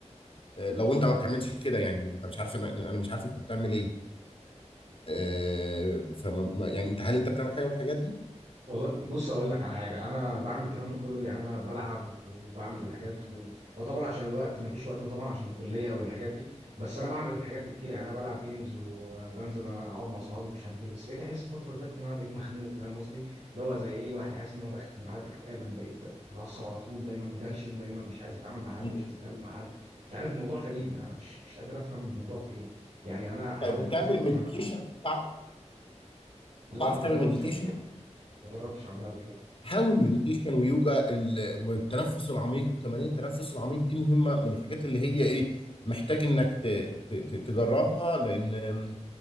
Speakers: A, on the left (about 50°); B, on the right (about 80°).
A: آه، لو انت ما بتعملش كده يعني انت مش عارف انا أنا مش عارف انت بتعمل ايه آه، فما ما- يعني انت هل انت بتعمل حاجه من الحاجات دي؟
B: والله بص اقول لك على حاجه انا بعمل الكلام ده كله يعني انا بلعب وبعمل الحاجات و... وطبعا عشان الوقت ما فيش وقت وطبعا عشان الكليه والحاجات دي بس انا بعمل الحاجات دي كتير يعني انا بلعب جيمز وبنزل اقعد مع اصحابي مش عارف ايه بس بقيت احس الفتره اللي فاتت ان انا بقيت مخنوق فاهم قصدي اللي هو زي ايه الواحد حاسس ان هو داخل في مرحله اكتئاب انا بقيت اتعصب على طول دايما متنشن دايما مش عايز اتعامل مع حد
A: مم.
B: مش عايز اتكلم مع حد مش عارف الموضوع غريب انا مش مش قادر افهم الموضوع في ايه يعني انا حاولت
A: طيب بتعمل
B: كذا مره
A: مديتيشن
B: زمان
A: تعرف
B: لا
A: تعرف
B: ما
A: تعمل
B: جربتش
A: مديتيشن
B: قبل كده ما جربتش اعملها قبل كده
A: حاول مديتيشن ويوجا ال- والتنفس العميق تمارين التنفس العميق دي مهمة من الحاجات اللي هي ايه محتاج انك ت- ت- ت- تجربها لان آم،